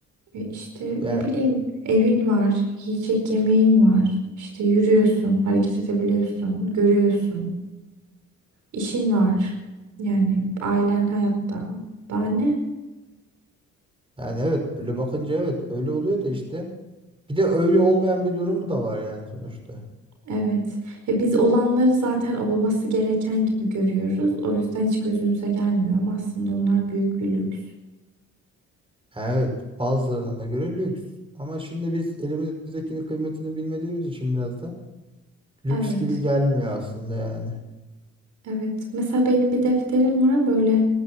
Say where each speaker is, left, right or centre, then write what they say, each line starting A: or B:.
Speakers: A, on the right; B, on the right.
A: E işte
B: Ya
A: ne bileyim evin var, yiyecek yemeğin var. İşte yürüyorsun, hareket edebiliyorsun, görüyorsun. İşin var. Yani ailen hayatta. Daha ne?
B: yani evet böyle bakınca evet öyle oluyor da işte. Bir de öyle olmayan bir durumu da var yani sonuçta.
A: Evet. Ya biz olanları zaten olması gereken gibi görüyoruz. O yüzden hiç gözümüze gelmiyor ama aslında onlar büyük bir lüks.
B: Evet, bazılarına göre lüks. Ama şimdi biz elimizdekinin kıymetini bilmediğimiz için biraz da lüks
A: Evet.
B: gibi gelmiyor aslında yani.
A: Evet. Mesela benim bir defterim var. Böyle